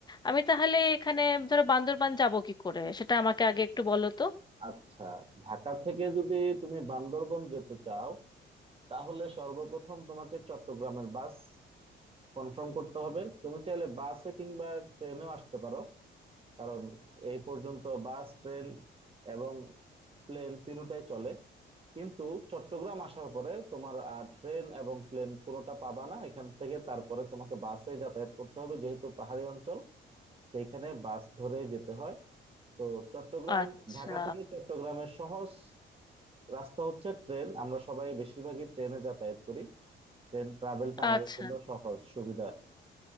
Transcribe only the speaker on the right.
আচ্ছা ঢাকা থেকে যদি তুমি বান্দরবন যেতে চাও তাহলে সর্বপ্রথম তোমাকে চট্টগ্রামের বাস কনফার্ম করতে হবে তুমি চাইলে বাসে কিংবা ট্রেনেও আসতে পারো কারণ এই পর্যন্ত বাস ট্রেন এবং প্লেন তিনটাই চলে কিন্তু চট্টগ্রাম আসার পরে তোমার আর ট্রেন এবং প্লেন কোনোটা পাবা না এখান থেকে তারপরে তোমাকে বাসে যাতায়াত করতে হবে যেহেতু পাহাড়ি অঞ্চল সেইখানে বাস ধরেই যেতে হয় তো চট্টগ্রাম
ঢাকা থেকে চট্টগ্রামের সহজ রাস্তা হচ্ছে ট্রেন আমরা সবাই বেশিরভাগই ট্রেনে যাতায়াত করি ট্রেন ট্রাভেলটা আমাদের
জন্য সহজ সুবিধা